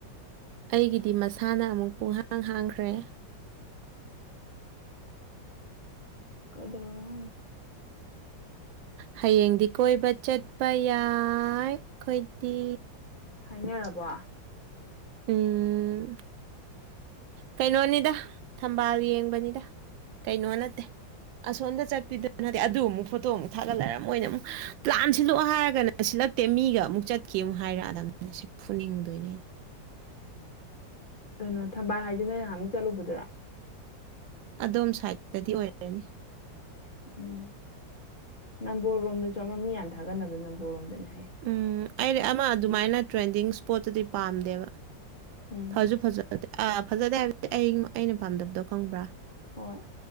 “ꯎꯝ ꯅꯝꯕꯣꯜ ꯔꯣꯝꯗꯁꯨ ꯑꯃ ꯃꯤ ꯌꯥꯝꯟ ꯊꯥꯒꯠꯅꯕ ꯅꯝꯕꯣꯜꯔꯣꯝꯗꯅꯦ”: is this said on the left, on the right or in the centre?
Left